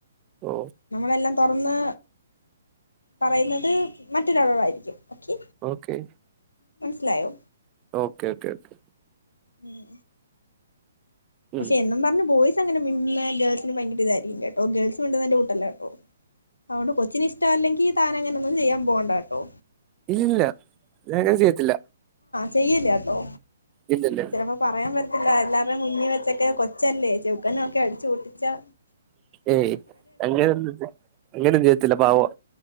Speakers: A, on the right; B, on the left.
A: ഓ
B: നമ്മളെല്ലാം തുറന്ന് പറയുന്നത് മറ്റൊരാളോടായിരിക്കും ഓക്കെ
A: ഓക്കെ
B: മൻസിലയോ
A: ഓക്കേ ഓക്കെ ഓക്കെ
B: ഊം പക്ഷെ
A: ഉം
B: എന്നും പറഞ്ഞ് ബോയി സങ്ങനെ <unintelligible> ഗേൾസിന് ഭയങ്കര ഇതായിരിക്കും കേട്ടോ ഗേൾസ് മിണ്ടുന്നേന്റെ കൂട്ടല്ലാട്ടോ അതുകൊണ്ട് കൊച്ചിന് ഇഷ്ട അല്ലെങ്കി താൻ അങ്ങനെ ഒന്നും ചെയ്യൻ പോണ്ട കേട്ടോ.
A: ഇല്ലില്ല. ഞാ ങ്ങനെ ചെയ്യത്തില്ല.
B: ചെയ്യില്യാട്ടോ.
A: ഇല്ലില്ല
B: ചിലപ്പോ പറയാൻ പറ്റ ത്തില്ല. എല്ലാവര്ടേം മുന്നി വെച്ചൊക്കെ കൊച്ചല്ലേ ചവുക്കനൊക്കെ അടിച്ച് പൊട്ടിച്ചാ
A: ഏയ് അങ്ങനെ അങ്ങനൊന്നും ചെ അങ്ങനൊന്നും ചെയ്യത്തില്ല. പാവ വാ